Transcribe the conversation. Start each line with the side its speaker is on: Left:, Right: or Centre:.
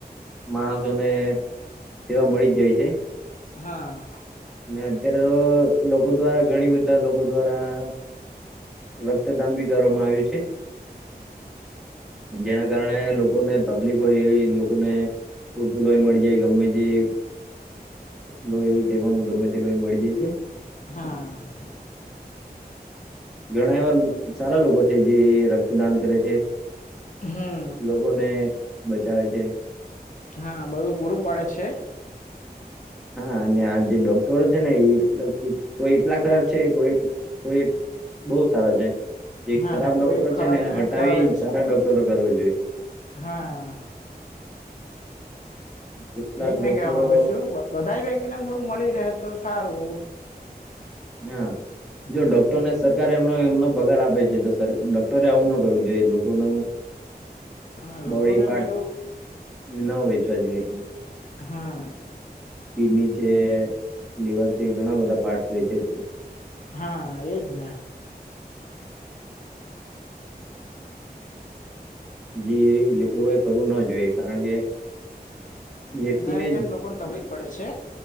Centre: માણસોને. સેવા મળી જ જાય છે.
Left: હા.
Centre: ને અત્યારે તો લોકો દ્વારા ઘણી બધા લોકો દ્વારા. રક્તદાન બી કરવામાં આવ્યું છે. જેના કારણે લોકોને તકલીફ હોય એવી લોકોને. પૂરતું લોહી મળી જાય ગમે જે લોહી હોય તે પણ. ગમે તે લોય મળી જાય છે.
Left: હા.
Centre: ઘણા એવા સારા લોકો છે, જે રક્તદાન કરે છે.
Left: હ..
Centre: લોકોને, બચાવે છે.
Left: હા, બધું પૂરું પડે છે.
Centre: હા, અને આ જે ડોક્ટરો છે ને, એટલા કોઈ એટલા ખરાબ છે. કોઈ કોઈ- -બઉ સારા છે. જે
Left: હા
Centre: ખરાબ
Left: ને
Centre: ડોક્ટરો
Left: કોઈ ખરાબ
Centre: છે ને હટાવી
Left: ખરાબ જ છે
Centre: સારા ડોક્ટરો કરવા જોઈએ.
Left: હા,
Centre: કેટલાક
Left: એજ
Centre: ડોક્ટરો
Left: મેં કેવા માંગુ છું. બધાય વ્યક્તિ ને, આમ થોડું મળી રહે તો સારું.
Centre: હ,
Left: હા
Centre: જો ડોક્ટર ને, સરકાર એમનો એમનો પગાર આપે છે. છે તો સર ડોક- -ટરે આવું ન કરવું જોઈએ, લોકો નું-
Left: હા
Centre: બોડી
Left: લોકોને એમ
Centre: પાર્ટ
Left: પેલું
Centre: ન વેચવા જોઈએ.
Left: હા.
Centre: કિડની છે, લીવર છે ઘણા બધા પાર્ટ વેચે છે.
Left: હા, એજ ને.
Centre: જે, એ લોકોએ કરવું ના જોઈએ. કારણ કે- વ્યક્તિને
Left: એના લીધે એમ લોકોને તકલીફ પડે છે.